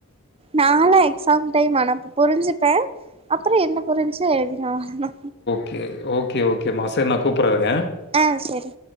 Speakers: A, on the right (about 25°); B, on the left (about 50°).
A: நாளா எக்ஸாம் டைம் ஆனா இப்ப புருஞ்சுப்பே அப்பறோ என்ன புருஞ்சோ எழுதிருவே அவ்ளதா
B: கே ஓகே ஓகே மா சேர் நா கூப்பற்றே இருங்க
A: ஆ செரி